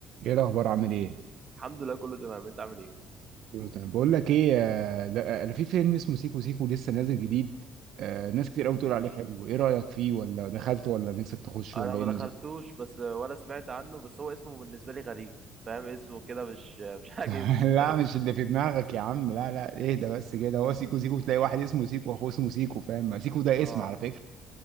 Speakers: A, on the right; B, on the right.
A: ايه الاخبار عامل ايه
B: الحمد لله كله تمام انت عامل ايه
A: كله تمام بقول لك ايه آه، ده انا في فيلم اسمه سيكو سيكو لسه نازل جديد آه، ناس كتير
B: مم.
A: قوي بتقول عليه حلو ايه رايك فيه ولا دخلته ولا نفسك تخش
B: انا
A: ولا
B: ما
A: ايه النظام
B: دخلتوش بس ولا سمعت عنه بس هو اسمه بالنسبه لي غريب فاهم اسمه كده مش <laughs> مش عاجبني
A: <laughs>
B: الصراحه
A: لا مش اللي في دماغك يا عم لا لا ايه ده بس كده هو سيكو سيكو تلاقي واحد اسمه سيكو واخوه اسمه سيكو فاهم سيكو ده
B: اه
A: اسم على فكره